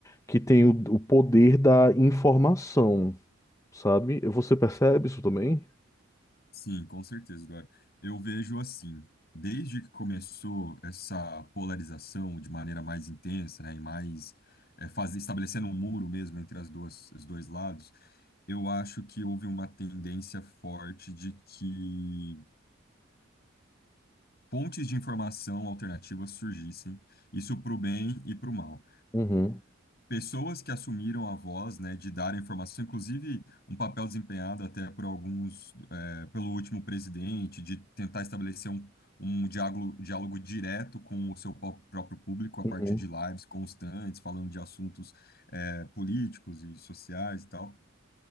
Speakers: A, on the left (about 15°); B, on the left (about 50°).
A: que têm o, o poder da informação, sabe? Você percebe isso também?
B: Sim, com certeza, Dora. Eu vejo assim, desde que começou essa polarização de maneira mais intensa, né, e mais é, faz- estabelecendo um muro mesmo entre as duas, os dois lados, eu acho que houve uma tendência forte de que pontes de informação alternativas surgissem, isso para o bem e para o mal
A: Uhum,
B: pessoas que assumiram a voz, né, de dar a informação, inclusive um papel desempenhado até por alguns, é, pelo último presidente, de tentar estabelecer um, um diálogo, diálogo direto com o seu pró- próprio público a
A: uhum,
B: partir de lives constantes, falando de assuntos, é, políticos e sociais e tal.